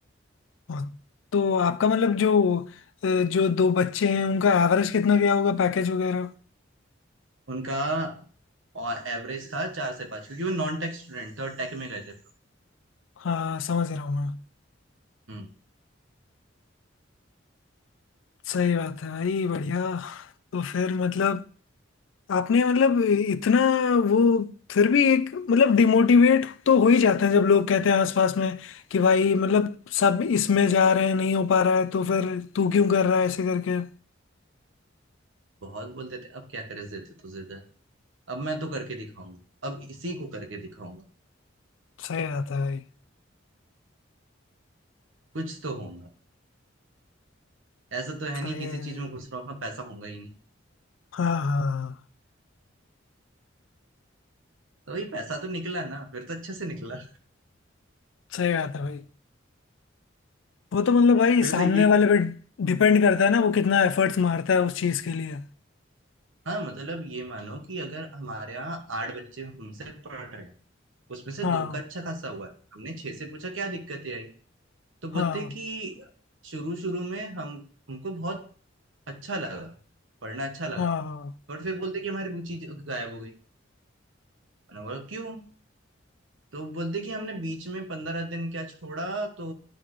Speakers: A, on the left; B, on the right.
A: हाँ, तो आपका मतलब जो अ, जो दो बच्चे हैं उनका एवरेज कितना गया होगा पैकेज वगैरह
B: उनका और एवरेज था चार से पाँच क्योंकि वो नॉन टेक स्टूडेंट थे और टेक में गए थे
A: हाँ समझ रहा हूँ मैं
B: हम्म
A: सही बात है भाई बढ़िया तो फिर मतलब आपने मतलब इतना वो फिर भी एक मतलब डिमोटिवेट तो हो ही जाते हैं जब लोग कहते हैं आसपास में कि भाई मतलब सब इसमें जा रहे हैं नहीं हो पा रहा है तो फिर तू क्यों कर रहा है ऐसे करके
B: बहुत बोलते थे अब क्या करे जिद तो जिद है अब मैं तो करके दिखाऊंगा अब इसी को करके दिखाऊंगा
A: सही बात है भाई
B: कुछ तो होगा ऐसा तो है
A: सही
B: नहीं किसी
A: है भाई।
B: चीज में घुस रहा हूँ पैसा होगा ही
A: हाँ हाँ
B: तो वही पैसा तो निकला ना फिर तो अच्छे से निकला
A: सही बात है भाई वो तो मतलब
B: <laughs>
A: भाई
B: फिर
A: सामने
B: तो ये
A: वाले पे डिपेंड करता है ना वो कितना एफर्ट्स मारता है उस चीज के लिए
B: हाँ मतलब ये मानो कि अगर हमारे यहाँ आठ बच्चे हमसे पढ़ रहे हैं उसमें से
A: हाँ
B: दो का अच्छा खासा हुआ है हमने छह से पूछा क्या दिक्कतें आई तो बोलते
A: हाँ
B: कि शुरू शुरू में हम हमको बहुत अच्छा लगा पढ़ना अच्छा लगा
A: हाँ
B: बट फिर बोलते कि हमारी रुचि गायब हो गई मैंने बोला क्यों तो बोलते कि हमने बीच में पंद्रह दिन क्या छोड़ा तो